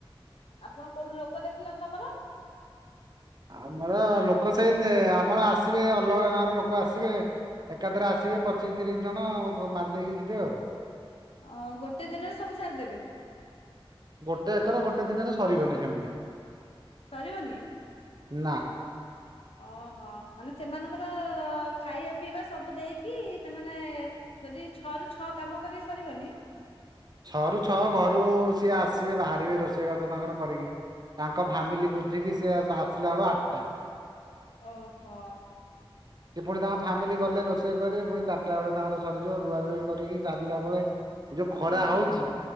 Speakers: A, on the left (about 80°); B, on the right (about 45°).
A: ଆପଣ କୋଉଠି ଲୋକ ଦେଖି ଲେଣି ତମର?
B: ଆମର ଲୋକ ସେଇ, ଆମର ଆସିବେ ଅଲଗା ଗାଁ ର ଲୋକ ଆସିବେ ଏକାଥରେ ଆସିବେ ପଚିଶ ତିରିଶ ଜଣ ମାରିଦେଇକି ଯିବେ ଆଉ।
A: ଅ ଗୋଟେ ଦିନରେ ସବୁ ସାରି ଦେବେ?
B: ଗୋଟେ ଏକର ଗୋଟେ ଦିନରେ ସରିବନି ସେମିତି।
A: ସରିବନି?
B: ନା।
A: ଓହୋ ମାନେ ସେମାନଙ୍କର ଖାଇବା ପିଇବା ସବୁ ଦେଇକି ସେମାନେ ଯଦି ଛଅ ରୁ ଛଅ କାମ କରିବା ସରିବନି
B: ଛଅରୁୁ ଛଅ ଘରୁ ସିଏ ଆସିବେ ବାହାରିବେ ରୋଷେଇବାସ ତାଙ୍କର କରିକି। ତାଙ୍କ ଫ୍ୟାମିଲି ବୁଝିକି ସି ଆସିଲା ବେଳ ଆଠଟା।
A: ଓହୋ।
B: ଏପଟେ ତାଙ୍କ ଫ୍ୟାମିଲି ଗଲେ ରୋଷେଇ କରି ପୁଣି ଚାରିଟା ବେଳେ ତାଙ୍କର ସରିଯିବ ରୁଆ ରୁଇ କରିକି ସାରିଲା ବେଳେ ଏ ଯୋଉ ଖରା
A: ଓହୋ
B: ହଉଛି